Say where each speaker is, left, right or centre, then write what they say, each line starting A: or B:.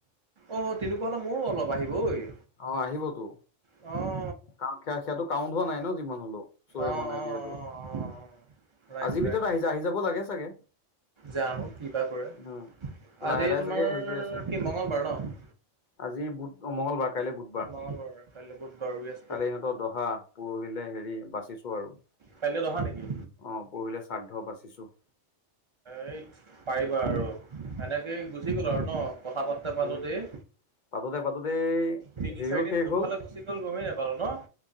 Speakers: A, on the right (about 35°); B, on the left (about 55°).
A: অ' তেনেকুৱা হ'লে মোৰয়ো অলপ আহিব ঐ।
B: অ' আহিবতো।
A: অ'
B: কাৰণ সেয়া-সেয়াটো কাউণ্ট হোৱা নাই ন, যিমান হ'লেও, শ্বয়ে হোৱা
A: অ অ
B: নাই
A: অ
B: যিহেতু।
A: অ ৰাইট
B: আজিৰ
A: ৰাইট
B: ভিতৰত আহি যা আহি যাব লাগে চাগে।
A: জানো কি বা কৰে,
B: উম লাহে
A: আজি
B: লাহে
A: তোমাৰ
B: চাগে হেৰি কৰি আছে
A: কি মঙ্গলবাৰ ন'?
B: আজি বুধ অ', মঙলবাৰ, কালিলে বুধ
A: মঙলবাৰ কাইলৈ বুধবাৰ, ৱেডছ
B: কাইলৈ সিহঁতৰ দহা, পৰহিলে হেৰি, বাচিছো আৰু।
A: কাইলৈ দহা নেকি?
B: অ', পৰহিলে শ্ৰাদ্ধ বাচিছো।
A: এই পাৰিবা আৰু, এনেকেই গুচি গ'ল আৰু ন', কথা পাতোতে পাতোতেই।
B: উম পাতোতে পাতোতেই
A: তিনি
B: হেৰিও
A: চাৰিদিন
B: শেষ
A: কোনফালে
B: হ'ল
A: গুচি গ'ল গমেই নাপালো ন'?